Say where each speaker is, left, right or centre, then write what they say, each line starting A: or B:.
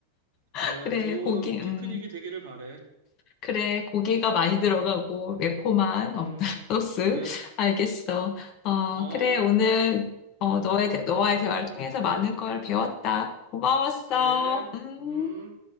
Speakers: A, on the left; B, on the right.
A: <laughs>
B: 그래,
A: 그래,
B: 좋은
A: 고기,
B: 피크닉이
A: 음.
B: 되기를 바래.
A: 그래, 고기가 많이 들어가고,
B: 음,
A: 매콤한
B: 음,
A: 어, <laughs> 소스.
B: 그래,
A: 알겠어. 어,
B: 어,
A: 그래, 오늘, 어, 너의, 대- 너와의 대화를 통해서 많은 걸 배웠다. 고마웠어.
B: 그래,
A: 음.
B: 음.